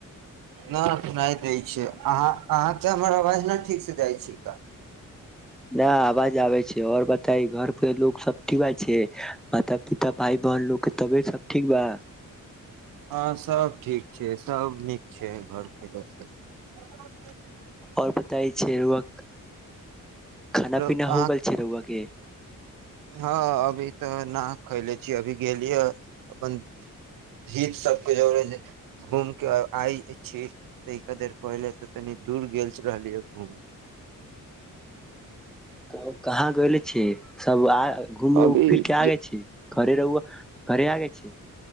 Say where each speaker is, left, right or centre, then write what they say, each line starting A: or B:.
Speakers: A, on the right; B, in the centre.
A: नहि सुना दै छिय अहाँ अहाँ तऽ हमर आवाज ने ठीकसँ जाइ छिका
B: नहि आवाज आबै छै। आओर बताइ घर पे लोको सब ठीक बात छै। माता पिता भााय बहन लोकके तबियत सब ठीक बा
A: हँ सभ ठीक छै, सभ नीक छै, घरके लोकसभ
B: आओर बताई छै, रुवक खाना
A: अहाँ
B: पीना होगा्र हुआ के
A: हँ अभी तऽ न खैले छीिय अभी गेलियै अपन हत सबके जे घूम के आइ छी तऽे देर पहिले तऽ तनी दूर गेल रहलियै घूम
B: तऽ कहाँ गले छी सब घूम
A: अभी
B: फिर के आगे छी घरे रहु घरे आगे छै।